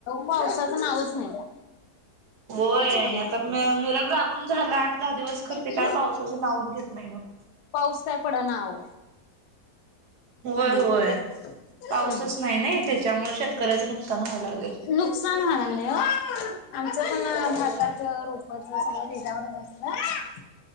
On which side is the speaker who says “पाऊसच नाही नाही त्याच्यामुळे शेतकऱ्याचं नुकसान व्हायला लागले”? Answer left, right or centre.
Right